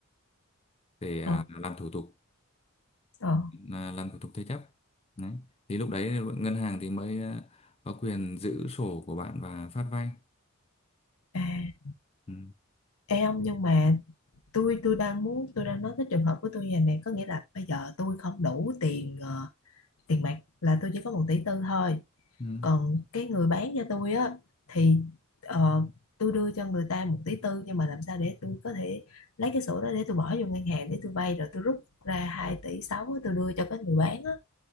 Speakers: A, on the left; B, on the left.
A: để à,
B: ờ
A: làm thủ tục
B: ờ.
A: là làm thủ tục thế chấp đấy. thì lúc đấy ngân hàng thì mới ờ, có quyền giữ sổ của bạn và phát vay
B: à
A: ừ.
B: ê ông nhưng mà tôi tôi đang muốn tôi đang nói cái trường hợp của tôi như này nè có nghĩa là bây giờ tôi không đủ tiền ờ, tiền mặt là tôi chỉ có một tỷ tư thôi
A: Ừ.
B: còn cái người bán cho tôi á thì ờ, tôi đưa cho người ta một tỷ tư nhưng mà làm sao để tôi có thể lấy cái sổ đó để tôi bỏ vô ngân hàng để tôi vay rồi tôi rút ra 2 tỷ 6 á, tôi đưa cho cái người bán á